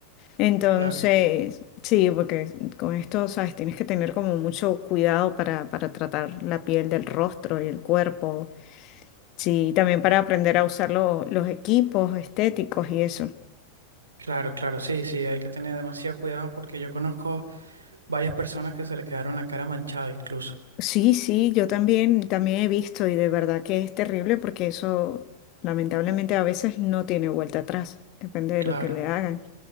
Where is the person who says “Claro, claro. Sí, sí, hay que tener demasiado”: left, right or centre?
Right